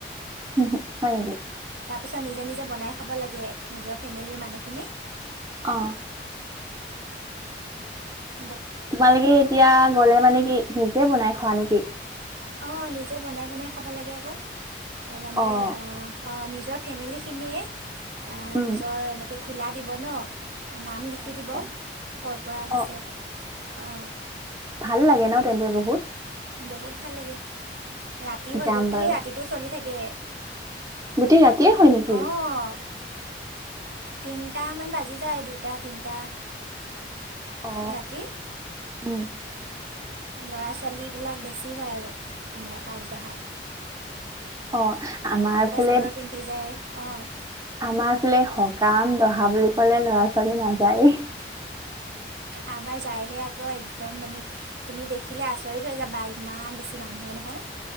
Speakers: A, on the right; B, on the right.
A: উ হয় নকে
B: ত পিছত নিজে নিজে বনাই খাব লাগে নিজৰ ফেমিলিৰ মানুহখিনি
A: অ
B: অ
A: তোমালোকে এতিয়া গলে মানে কি নিজে বনাই খোৱা নেকি
B: অ নিজে বনাই বনাই খাব লাগে আকৌ মানে
A: অ'।
B: অ নিজ নিজৰ ফেমিলিখিনিয়ে
A: উম,
B: নিজৰ এনেকে খোলা দিব ন নাম লিখি
A: আচ্ছা
B: দিব ক'ৰ পৰা আহিছে
A: অ'
B: অঁ
A: ভাল লাগে ন তেন্তে বহুত
B: বহুত ভাল লাগে ৰাতি হয়
A: যাম
B: গোটেই
A: বাৰু
B: ৰাতিটো চলি থাকে
A: গোটেই ৰাতিয়ে হয় নেকি
B: অঁ তিনিটামান বাজি যায় দুটা তিনিটা
A: অ
B: ৰাতি
A: উম
B: ল'ৰা ছোৱালীবিলাক বেছি হয় আৰু আমাৰ কাছডহাত
A: অ আমাৰ ফালে
B: চাদৰ পিন্ধি যায় অঁ
A: আমাৰ ফালে সকাম দহা বুলি কলে ল'ৰা ছোৱালী নাযায়েই
B: আমাৰ যায়হে আকৌ একদম মানে তুমি দেখিলে আচৰিত হৈ যাবা ই ইমান বেছি মানুহ হয় নহয়